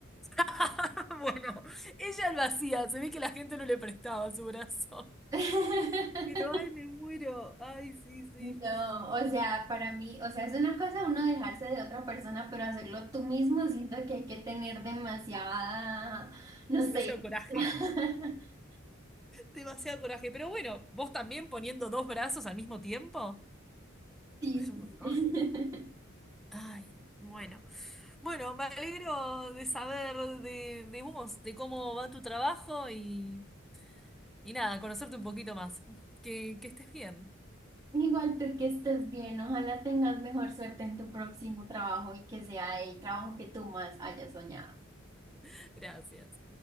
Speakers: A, in the centre; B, on the right.
A: <laughs> Bueno, ella lo hacía, se ve que la gente no le prestaba su brazo.
B: <laughs>
A: <laughs> Pero ay, me muero. Ay, sí, sí.
B: No, o sea, para mí, o sea, es una cosa uno dejarse de otra persona, pero hacerlo tú mismo, siento que hay que tener demasiada, no sé.
A: Demasiado coraje.
B: <laughs>
A: Demasiado coraje. Pero bueno, vos también poniendo dos brazos al mismo tiempo.
B: Sí,
A: Es un
B: sí.
A: montón.
B: <laughs>
A: Ay, bueno. Bueno, me alegro de saber de, de vos, de cómo va tu trabajo y, y nada, conocerte un poquito más. Que, que estés bien.
B: Igual tú que estés bien, ojalá tengas mejor suerte en tu próximo trabajo y que sea el trabajo que tú más hayas soñado.
A: <laughs> Gracias.